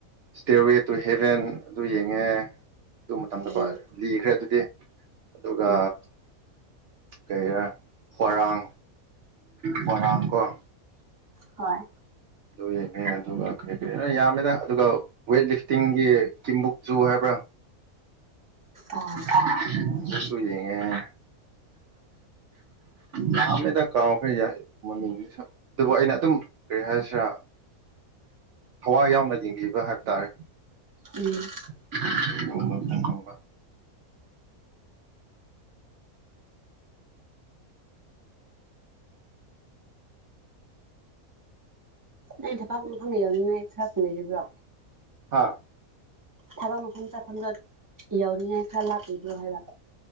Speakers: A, on the right; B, on the right.
A: ꯇꯦꯔꯋꯦ ꯇꯨ ꯍꯦꯚꯦꯟ ꯑꯗꯨ ꯌꯦꯡꯉꯦ ꯑꯗꯨ ꯃꯇꯝꯗꯀꯣ
B: ꯎꯝ
A: ꯂꯤꯈ꯭ꯔꯦ ꯑꯗꯨꯗꯤ ꯑꯗꯨꯒ
B: ꯎꯝ
A: ꯀꯩꯔꯥ ꯍ꯭ꯋꯥꯔꯥꯡ ꯍ꯭ꯋꯥꯔꯥꯡ ꯀꯣ
B: ꯍꯣꯏ
A: ꯑꯗꯨ ꯌꯦꯡꯉꯦ ꯑꯗꯨꯒ ꯀꯔꯤ ꯀꯔꯤꯅ ꯌꯥꯝꯃꯦꯗ ꯑꯗꯨꯒ ꯋꯦꯠ ꯂꯤꯐꯇꯤꯡꯒꯤ ꯀꯤꯝꯕꯨꯛꯁꯨꯨ ꯍꯥꯏꯕ꯭ꯔꯥ
B: ꯑꯥ
A: ꯑ ꯑꯗꯨꯁꯨ ꯌꯦꯡꯉꯦ ꯌꯥꯝꯃꯦꯗ ꯀꯥꯎꯈ꯭ꯔ ꯃꯃꯤꯡꯁꯤꯁꯨ ꯑꯗꯨꯕꯨ ꯑꯩꯅ ꯑꯗꯨꯝ ꯀꯔꯤ ꯍꯥꯏꯁꯤꯔꯥ ꯊꯋꯥꯏ ꯌꯥꯎꯅ ꯌꯦꯡꯕꯤꯕ ꯍꯥꯏꯕ ꯇꯥꯔꯦ
B: ꯎꯝ
A: <unintelligible>
B: ꯅꯣꯏ ꯊꯄꯥꯛ ꯃꯐꯝꯒꯤ ꯌꯥꯎꯅꯤꯡꯉꯥꯏ <unintelligible> ꯊꯨꯡꯅ ꯔꯤꯕ꯭ꯔꯣ
A: ꯍꯥꯥ
B: ꯊꯕ ꯃꯈ ꯈꯟ ꯆ ꯈꯟꯖ ꯏ ꯌꯥꯎꯔꯤꯉꯥꯏ ꯈꯔ ꯂꯥꯛꯄꯤꯕꯤꯣ ꯍꯥꯏꯕ